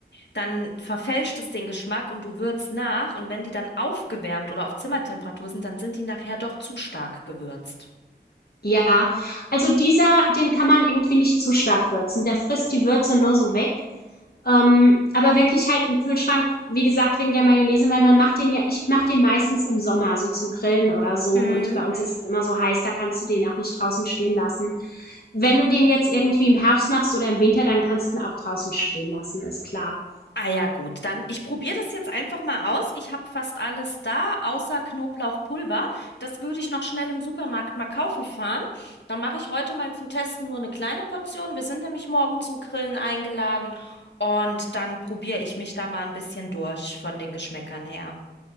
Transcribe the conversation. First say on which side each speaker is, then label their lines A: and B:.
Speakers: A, on the left; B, on the left.
A: dann verfälscht es den Geschmack und du würzt nach. Und wenn die dann aufgewärmt oder auf Zimmertemperatur sind, dann sind die nachher doch zu stark gewürzt.
B: Ja, also dieser, den kann man irgendwie nicht zu stark würzen. Der frisst die Würze nur so weg. Ähm, aber wirklich halt im Kühlschrank, wie gesagt, wegen der Mayonnaise, weil man macht den ja, ich mache den meistens im Sommer, so zum Grillen oder so.
A: Hm,
B: Und bei uns ist es immer so heiß, da kannst du den auch nicht draußen stehen lassen. Wenn du den jetzt irgendwie im Herbst machst oder im Winter, dann kannst du ihn auch draußen stehen lassen, ist klar.
A: Ah ja, gut, dann ich probiere das jetzt einfach mal aus. Ich habe fast alles da, außer Knoblauchpulver. Das würde ich noch schnell im Supermarkt mal kaufen fahren. Dann mache ich heute mal zum Testen nur eine kleine Portion. Wir sind nämlich morgen zum Grillen eingeladen und dann probiere ich mich da mal ein bisschen durch von den Geschmäckern her.